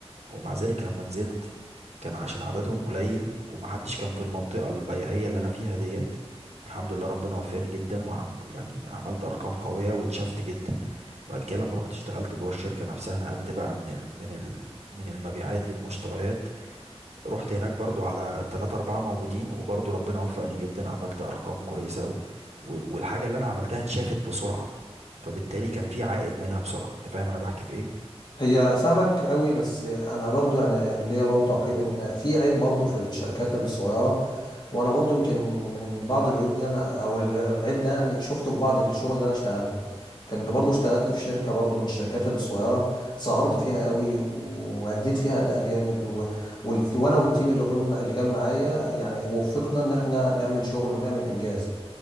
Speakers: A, on the right; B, on the left.
A: ومع ذلك لما نزلت كان عشان عددهم قليل ومحدش كان في المنطقة البيعية اللي انا فيها ديت الحمد لله ربنا وفقني جدا وعم يعني عملت ارقام قوية واتشفت جدا بعد كده لما رحت اشتغلت جوه الشركة نفسها نقلت بقى من ال من ال من المبيعات للمشتريات رحت هناك برضو على تلاتة أربعة موجودين وبرضو ربنا وفقني جدا عملت أرقام كويسة و... و... والحاجة اللي أنا عملتها اتشافت بسرعة فبالتالي كان في عائد منها بسرعة أنت فاهم أنا بحكي في إيه؟
B: هي فاهمك قوي بس أنا برضو يعني اللي هي برضو تعقيب إن في عيب برضو في الشركات الصغيرة وانا برضو يمكن من بعض العيوب دي انا او ال- العيب ده يعني شفته في بعض الشغل اللي انا اشتغلته كنت برضو اشتغلت في شركة برضو من الشركات الصغيرة سهرت فيها قوي واديت فيها اداء جامد و... وال- وانا والتيم اللي كنا اللي كان معايا يعني وفقنا ان احنا نعمل شغل ونعمل انجاز